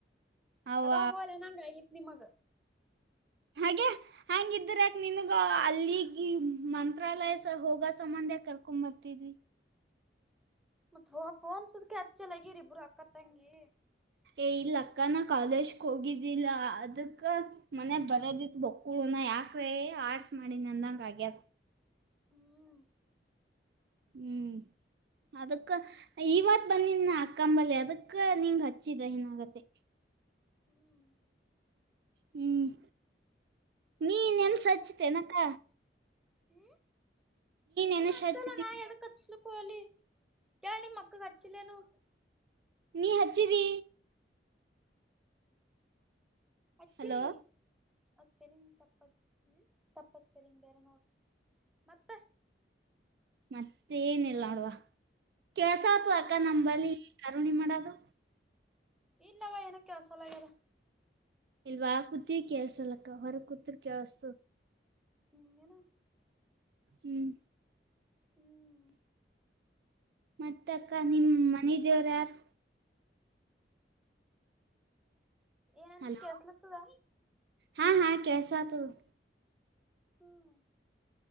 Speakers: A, on the right; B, in the centre.
A: ಅವ್ವ
B: ಯಾವಾಗ ೋಲೆ ನಂಗ ಆಗಿತ್ ನಿಮಗ
A: ಹಾಗೆ ಹಂಗಿದರಕ ನಿನಗ ಅಲ್ಲಿಗೆ ಮಂತ್ರಾಲಯ ಹೋಗ ಸಂಬಂಧ ಎ ಕರ್ಕೊಂಡ್ ಬರ್ತಿದ್ವಿ
B: ಮತ್ತ್ ಫೋನ್ಸದಕ ಹಚ್ಚಲಗಿರಿಬ್ರು ಅಕ್ಕ ತಂಗಿ
A: ಏ ಇಲ್ಲ ಅಕ್ಕನ ಕಾಲೇಜ್ಕ್ ಹೋಗಿದ್ದಿಲ್ಲ ಅದಕ್ಕ ಮನೆ ಬರೋದಿತ್ ಬಕ್ಕಳನ ಯಾಕ್ರೆ ಆರ್ಟ್ಸ್ ಮಾಡಿನ ಅಂದಂಗ ಆಗ್ಯತ್
B: ಹ್ಮ್
A: ಹ್ಮ್ ಅದಕ್ಕ ಇವತ್ ಬಂದಿ ಅಕ್ಕಂಬಲ್ಲಿ ಅದಕ್ಕ ನಿಂಗ್ ಹಚ್ಚಿದ ಏನಾಗತ್ತೆ ಹ
B: ಹ್ಮ್
A: ಹ್ಮ್ ನೀ ನೆನ್ಸ
B: ಮತ್ತ
A: ಹಚ್ಿತೇನಕ್ಕ
B: ಹ್ಮ್ ನೀವೇ
A: ಎನಷ್ಟ
B: ಹಚ್ಚಲ್ಲ
A: ಹಚ್ಚತಿ
B: ನಾ ಎ ಲಿ ಕಿ ಮಕ್ಕ ಕಚ್ಚಿಲ್ಲನು
A: ನೀ ಹಚ್ಚಿರಿ
B: ಅಚ್ಚಿನಿ
A: ಹಲೋ
B: ಸ್ಪೆಲಿಂಗ್ ತಪ್ಪ ತಪ್ಪ ಸ್ಪೆಲಿಂಗ್ ಬೇರೆ ನೋಡ್ ಮತ್ತೆ
A: ಮತ್ತ ಏನಲ್ಲ ನೋಡ್ವಾ ಕೆಲ್ಸ ಆತ
B: ಹ್ಮ್
A: ಅಕ್ಕ ನಂಬಂಬಳ ಕರುಣಿ ಮಾಡದು
B: ಇಲ್ಲವಾ ಏನಕ್ಕೆಸಲಗದ
A: ಇಲ್ ವಾರ ಕೂತ್ ಕಸಲಕ್ಕ ಹೊರ ಕೂತ್ರ್ ಕೇಳಸ
B: ಇಂಗನ
A: ಹ್ಮ್
B: ಹ್ಮ್
A: ಮತ್ತ ಅಕ್ಕ ನಿಮ್ಮ್ ಮನಿ ದೇವರ ಯಾರು
B: ಏನಂದ
A: ಹಲೋ
B: ಕೆಳ್ಸಲತ್ತದ
A: ಹಾ ಹಾ ಕೆಲ್ಸಾತದ ತ
B: ಹ್ಮ್